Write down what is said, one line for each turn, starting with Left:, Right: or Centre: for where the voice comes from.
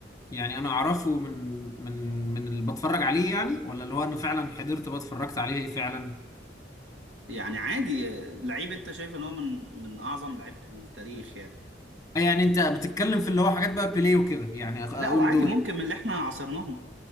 Left: يعني انا اعرفه من من من اللي بتفرج عليه يعني ولا اللي هو انا فعلا حضرت بقى اتفرجت عليه فعلا
Right: يعني عادي لعيب انت شايف ان هو من من اعظم لعيبه التاريخ يعني
Left: آه، يعني انت بتتكلم في اللي هو حاجات بقى بيليه وكده يعني أخ- اقول
Right: لا وعادي
Left: دول
Right: ممكن من اللي احنا عاصرناهم